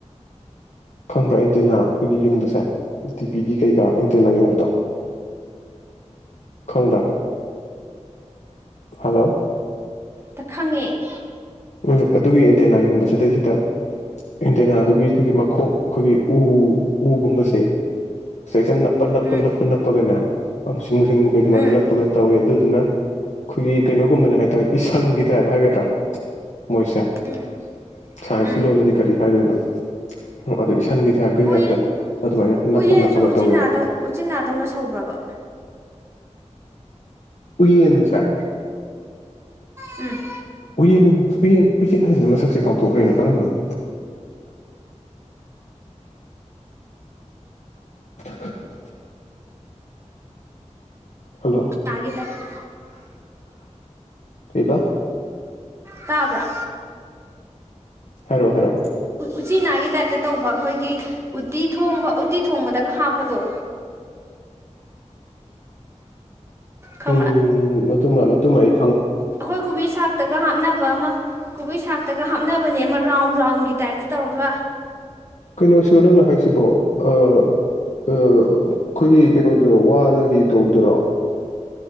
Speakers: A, on the left; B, on the right.
A: ꯈꯪꯕ꯭ꯔꯥ ꯑꯦꯟꯇꯦꯅꯥ ꯑꯩꯈꯣꯏꯒꯤ ꯌꯨꯡꯕꯁꯦ ꯇꯤꯚꯤꯒꯤ ꯀꯩꯀꯥ ꯇꯤꯟ ꯑꯌꯨꯡꯕꯗꯣ ꯈꯪꯕ꯭ꯔ ꯍꯜꯂꯣ!
B: ꯇ ꯈꯪꯉꯦ
A: ꯎꯝ ꯑꯗꯨꯒꯤ ꯑꯦꯟꯇꯦꯅꯥ ꯌꯨꯡꯕꯁꯤꯗꯩꯁꯤꯗ ꯑꯦꯟꯇꯦꯅꯥꯗꯨꯒꯤ ꯑꯩꯈꯣꯏꯒꯤ ꯃꯈꯣꯛ ꯑꯩꯈꯣꯏꯒꯤ ꯎ ꯎꯒꯨꯝꯕꯁꯦ ꯁꯩꯁꯤꯗ ꯅꯞꯄ - ꯅꯞꯄ-
B: ꯎꯝ
A: ꯅꯞꯄ ꯅꯞꯄꯒꯅꯦ ꯃꯨꯁꯤꯟ - ꯃꯨꯁꯤꯟ ꯃꯨ ꯀꯩ ꯑꯗꯨꯃꯥꯏꯅ
B: ꯎꯝ
A: ꯅꯞꯄꯒ ꯇꯧꯋꯤ ꯑꯗꯨꯗꯨꯅ ꯑꯩꯈꯣꯏꯒꯤ ꯀꯩꯅꯣꯒꯨꯝꯕꯅꯦ ꯍꯥꯏꯇꯥꯔꯦ ꯏꯁꯪꯒꯤ ꯇꯥꯏꯞ ꯍꯥꯏꯒ꯭ꯔꯥ ꯭ꯔ <unintelligible> ꯃꯣꯏꯁꯦ
B: ꯎꯝ
A: ꯁꯥꯏꯟꯁꯀꯤ
B: ꯎꯝ
A: ꯂꯣꯟꯅꯗꯤ ꯀꯔꯤ ꯍꯥꯏꯗꯣꯏꯅꯣ ꯎ ꯑꯗ‌ꯣ ꯏꯁꯪꯒꯤ ꯇꯥꯏꯞꯀꯤ
B: ꯎꯌꯦꯟ
A: ꯇꯥꯏꯞꯇ ꯑꯗꯨꯃꯥꯏꯅ ꯅꯞꯄ
B: ꯎꯌꯦꯟꯁꯨ
A: ꯅꯞꯄꯒ
B: ꯎꯆꯤꯗ
A: ꯇꯧꯋꯦꯕ
B: ꯎꯆꯤꯅꯥꯗꯧꯅ ꯁꯧꯕ꯭ꯔꯕ?
A: ꯎꯏꯌꯦꯟ ꯁꯦ
B: ꯎꯝ꯫
A: ꯎꯌꯦꯟ - ꯎꯌꯦꯟ - ꯎꯌꯦꯟ ꯍꯥꯏꯗꯅ ꯃꯁꯛꯁꯦ ꯀꯥꯎꯊꯣꯛꯈ꯭ꯔꯅꯦ ꯀꯔꯝꯕꯅꯣ? <inaudible> ꯍꯜꯂꯣ!
B: ꯎꯆꯤꯅꯥꯒꯤ ꯇ-
A: ꯀꯩꯕꯥ?
B: ꯇꯥꯕ꯭ꯔ?
A: ꯍꯥꯏꯔꯛꯑꯣ ꯍꯥꯏꯔꯛꯑꯣ꯫
B: ꯎꯆꯤꯅꯥꯒꯤ ꯇꯥꯏꯞꯇ ꯇꯧꯕ ꯑꯩꯈꯣꯏꯒꯤ ꯎꯇꯤ ꯊꯣꯡꯕ ꯎꯇꯤ ꯊꯣꯡꯕꯗꯒ ꯍꯥꯞꯄꯗꯣ ꯈꯪꯕ꯭ꯔꯥ
A: ꯎꯝ ꯑꯗꯨ ꯑꯗꯨꯃꯥꯏ
B: ꯑꯩꯈꯣꯏ ꯈꯨꯕꯤ ꯁꯥꯛꯇꯒ ꯍꯥꯞꯅꯕ ꯑꯃ ꯀꯣꯕꯤꯁꯛꯇꯒ ꯍꯥꯞꯅꯕꯅꯦ ꯑꯃ ꯔꯥꯎꯟꯗ ꯔꯥꯎꯅꯒꯤ ꯇꯥꯏꯞꯇ ꯇꯧꯔꯒ
A: ꯀꯩꯅꯣꯁꯤꯔꯣ ꯅꯪꯅ ꯍꯥꯏꯁꯤꯕꯣ ꯑꯩꯈꯣꯏꯒꯤ ꯀꯩꯅꯣꯗꯨꯔꯣ ꯋꯥꯒꯤ ꯇꯧꯕꯗꯨꯔꯣ